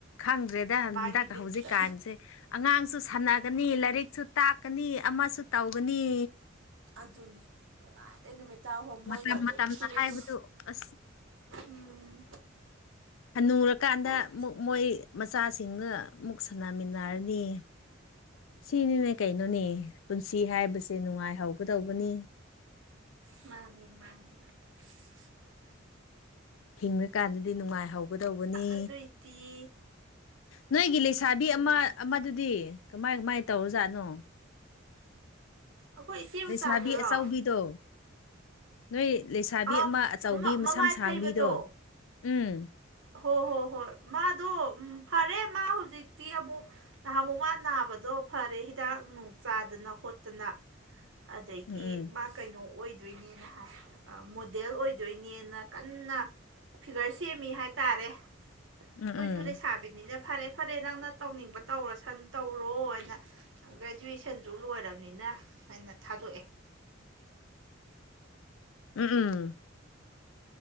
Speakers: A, on the left; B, on the right.
A: ꯈꯪꯗ꯭ꯔꯦꯗ ꯍꯟꯗꯛ
B: ꯃꯥꯒꯤ ꯕꯤꯠꯇ
A: ꯍꯧꯖꯤꯛꯀꯥꯟꯁꯦ ꯑꯉꯥꯡꯁꯨ ꯁꯥꯟꯅꯒꯅꯤ ꯂꯔꯤꯛꯁꯨ ꯇꯥꯛꯀꯅꯤ ꯑꯃꯁꯨ ꯇꯧꯒꯅꯤ
B: ꯑꯗꯨꯅꯤ ꯅꯨꯃꯤꯠꯇꯥꯕꯧ ꯃꯣꯏꯒ
A: ꯃꯇꯝ
B: ꯑꯗꯨꯝ
A: ꯃꯇꯝꯅ
B: ꯁꯨꯔꯨꯁꯨ
A: ꯍꯥꯏꯕꯗꯨ ꯑꯁ
B: ꯎꯝ
A: ꯍꯅꯨꯔꯀꯥꯟꯗ
B: ꯍꯣꯏ
A: ꯑꯃꯨꯛ ꯃꯣꯏ ꯃꯆꯥꯁꯤꯡꯒ ꯑꯃꯨꯛ ꯁꯥꯟꯅꯃꯤꯟꯅꯔꯅꯤ ꯁꯤꯅꯤꯅꯦ ꯀꯩꯅꯣꯅꯦ ꯄꯨꯟꯁꯤ ꯍꯥꯏꯕꯁꯦ ꯅꯨꯡꯉꯥꯏꯍꯧꯒꯗꯧꯕꯅꯤ
B: ꯃꯥꯅꯦ ꯃꯥꯅꯦ ꯃꯥꯅꯦ
A: ꯍꯤꯡꯉꯀꯥꯟꯗꯗꯤ ꯅꯨꯡꯉꯥꯏꯍꯧꯒꯗꯧꯕꯅꯤ
B: ꯑꯗꯨꯏꯗꯤ
A: ꯅꯣꯏꯒꯤ ꯂꯩꯁꯥꯕꯤ
B: ꯎꯝ
A: ꯑꯃ ꯑꯃꯗꯨꯗꯤ ꯃꯥꯏ ꯃꯥꯏ ꯇꯧꯔꯖꯥꯠꯅꯣ
B: ꯑꯩꯈꯣꯏ ꯏꯆꯦ
A: ꯂꯩꯩꯁꯥꯕꯤ
B: ꯃꯆꯥꯗꯨꯔꯣ
A: ꯑꯆꯧꯕꯤꯗꯣ ꯅꯣꯏ ꯂꯩꯩꯁꯥꯕꯤ
B: ꯑꯥ
A: ꯑꯃ ꯑꯆꯧꯕꯤ ꯃꯁꯝ
B: ꯃꯃꯥꯏ
A: ꯁꯥꯡꯕꯤꯗꯣ
B: ꯐꯩꯕꯗꯣ
A: ꯎꯝ
B: ꯍꯣ ꯍꯣ ꯍꯣꯏ ꯃꯥꯗꯣ ꯎ ꯐꯔꯦ ꯃꯥ ꯍꯧ ꯍꯧꯖꯤꯛꯇꯤ ꯑꯃꯨꯛ ꯅꯍꯥꯟ ꯑꯃꯨꯛ ꯃꯥ ꯅꯥꯕꯗꯣ ꯐꯔꯦ ꯍꯤꯗꯥꯛ ꯅꯨꯡ ꯆꯥꯗꯅ ꯈꯣꯠꯇꯅ
A: <inaudible>
B: ꯑꯗꯒꯤ
A: ꯎꯝ
B: ꯃꯥ ꯀꯩꯅꯣ ꯑꯣꯏꯗꯣꯏꯅꯦꯅ ꯍꯥꯏ ꯃꯣꯗꯦꯜ ꯑꯣꯏꯗꯣꯏꯅꯦꯅ ꯀꯟꯅ ꯐꯤꯒꯔ ꯁꯦꯝꯃꯤ ꯍꯥꯏꯇꯥꯔꯦ
A: ꯎꯝ ꯎꯝ
B: ꯀꯣꯏꯁꯨ
A: ꯎꯝ
B: ꯂꯩ ꯁꯥꯥꯕꯤꯅꯤꯅ ꯐꯔꯦ ꯐꯔꯦ ꯅꯪꯅ ꯇꯧꯅꯤꯡꯕ ꯇꯧꯔꯣ ꯁꯟ ꯇꯧꯔꯣ ꯍꯥꯏꯅ ꯒ꯭ꯔꯦꯖꯨꯋꯦꯁꯟꯁꯨ ꯂꯣꯏꯔꯕꯅꯤꯅ ꯑꯩꯅ ꯊꯥꯗꯣꯛꯑꯦ
A: <inaudible> ꯎꯝ ꯎꯝ